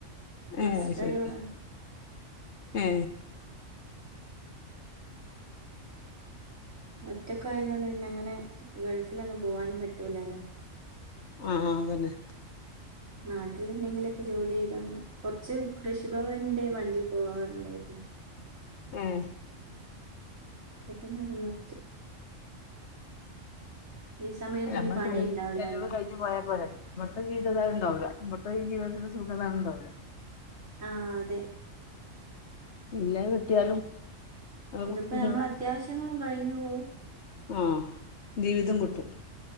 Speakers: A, on the right (about 85°); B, on the left (about 60°).
A: ബസ്
B: ഏ അയ്
A: ഡ്രൈവറാണ്
B: ശരി ഏ
A: ഒറ്റക്ക് ആയതോണ്ട് പിന്നെ അങ്ങനെ ഗൾഫിലൊന്നും പോവാനും പറ്റൂലാല്ലോ
B: ആഹ് അതന്നെ
A: നാട്ടില് എന്തെങ്കിലൊക്കെ ജോലി ചെയ്ത അങ്ങനെ കൊറച്ച് കൃഷിഭവന്റെ വണ്ടി പോവാറ്ണ്ടായിരുന്നു
B: ഏഹ്
A: ഇപ്പൊ പിന്നെ അത് നിർത്തി ഈ സമയത്ത്
B: അല്ല
A: ഇനി
B: ഞമ്മളെ
A: പണി ഉണ്ടാവില്ലല്ലോ
B: ചെലവ് കഴിഞ്ഞ് പോയാ പോരെ ഇവിട്ത്തെ ജീവിത അത് ഇണ്ടാവൂല ഇപ്പ ഈ ജീവിതത്തിലെ സുഖതാ അഅ്ണ്ടാവൂല
A: ആഹ് അതെ
B: ഇല്ലഅ് കിട്ടിയാലും അത്
A: ഇത്പ്പോ
B: കുത്തി
A: നമ്മളെ
B: തിന്നണ
A: അത്യാവശ്യങ്ങളും കഴിഞ്ഞു പോവും
B: ആ ജീവിതം കിട്ടും